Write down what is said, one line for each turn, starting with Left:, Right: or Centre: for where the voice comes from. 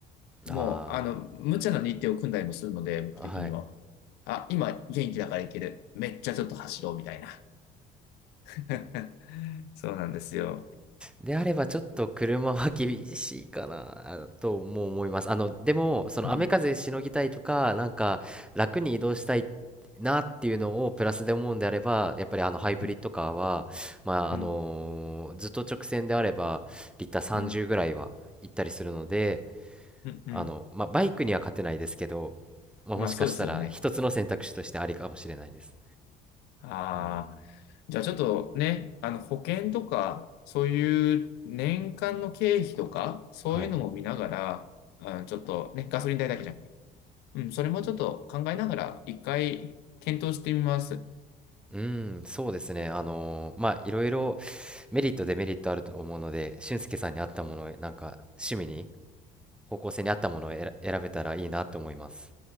Left: もう、
Centre: あ
Left: あの、無茶な日程を組んだりもするので、僕的には。
Centre: あ、はい。
Left: あ、今元気だからいける。めっちゃちょっと走ろうみたいな。<laughs> そうなんですよ。
Centre: であればちょっと車は厳しいかなあとも思います。あの、でも、その雨風しのぎたいとか、
Left: うん、
Centre: なんか楽に移動したいなっていうのをプラスで思うんであれば、やっぱりあのハイブリッドカーは、
Left: うん、
Centre: まあ、あのずっと直線であれば、
Left: うん、
Centre: リッター30ぐらいは行ったりするので、
Left: うん、うん、うん。
Centre: あの、まあ、バイクには勝てないですけど、まあ、
Left: まあそうですよね。
Centre: もしかしたら一つの選択肢としてありかもしれないです。
Left: ああ。
Centre: うん
Left: じゃあちょっとね、あの保険とか、そういう年間の経費とか、そういうのも見ながら、
Centre: はい。
Left: あのちょっとね、ガソリン代だけじゃなくて、うん、それもちょっと考えながら、一回検討してみます。
Centre: うん、そうですね。あのーまあ、いろいろメリット、デメリットあると思うので、俊介さんに合ったものを、なんか、趣味に、方向性に合ったものを選選べたらいいなと思います。